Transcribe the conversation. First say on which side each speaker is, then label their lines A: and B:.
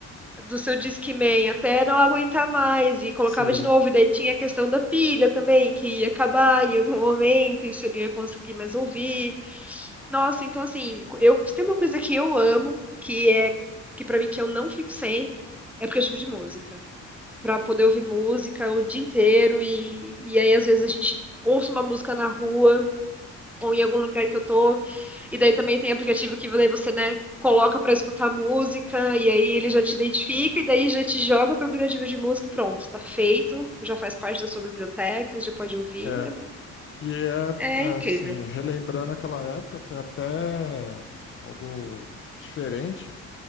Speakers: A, in the centre; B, on the left.
A: do seu Discman até não aguentar mais e colocava
B: sim.
A: de novo. E daí tinha a questão da pilha também, que ia acabar em algum momento e você não ia conseguir mais ouvir. Nossa, então assim, eu se tem uma coisa que eu amo, que é que para mim que eu não fico sem, é aplicativo de música. Pra poder ouvir música o dia inteiro e, e aí às vezes a gente ouça uma música na rua ou em algum lugar que eu tô. E daí também tem aplicativo que daí você, né, coloca pra escutar música e aí ele já te identifica e daí já te joga pro aplicativo de música e pronto, tá feito, já faz parte da sua biblioteca, já pode ouvir.
B: É, E é,
A: É,
B: é,
A: é incrível.
B: assim, relembrando aquela época, foi até algo diferente,